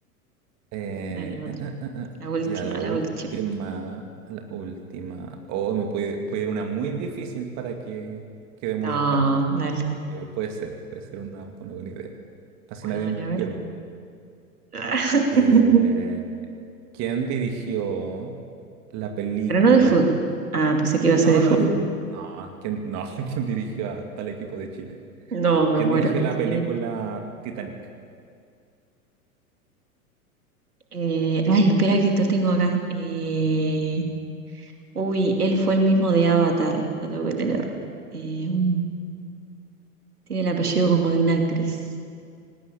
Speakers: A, on the right (about 35°); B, on the right (about 80°).
A: Eh,
B: Dale, otra.
A: eh, eh, eh, eh.
B: La última,
A: Ya la última,
B: la última.
A: la última. o me puede, puede ir una muy difícil para que quedemos
B: No,
A: empate.
B: dale.
A: Igual puede ser, puede ser una, una buena idea. Así
B: Bueno,
A: nadie
B: dale, a ver.
A: pierde.
B: <laughs>
A: Eh, ¿quién dirigió la película?
B: Pero no de fútbol. Ah, pensé que iba a ser
A: No,
B: de
A: no,
B: fútbol.
A: fútbol. No, ¿quién, no, <laughs> ¿quién dirigió a tal equipo de Chile?
B: No,
A: No,
B: me
A: ¿quién
B: muero.
A: dirigió la película
B: ¿Quién es?
A: Titanic?
B: Eh, ay, espera que esto tengo acá. Eh, Uy, él fue el mismo de Avatar, lo tengo que tener. Eh, mm, tiene el apellido como de una actriz.